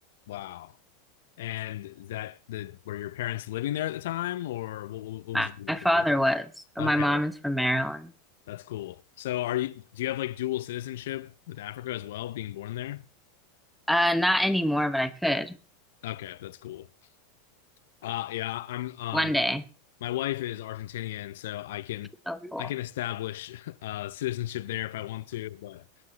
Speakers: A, on the left (about 75°); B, in the centre.
A: Wow. And is that the were your parents living there at the time, or what, what what
B: My,
A: was the reason
B: my father
A: for that?
B: was, but
A: Okay,
B: my mom is from Maryland.
A: that's cool. So are you do you have like dual citizenship with Africa as well, being born there?
B: Uh, not anymore, but I could
A: Okay, that's cool. Uh yeah, I'm um
B: one day.
A: my wife is Argentinian, so I can
B: So cool.
A: I can establish uh citizenship there if I want to, but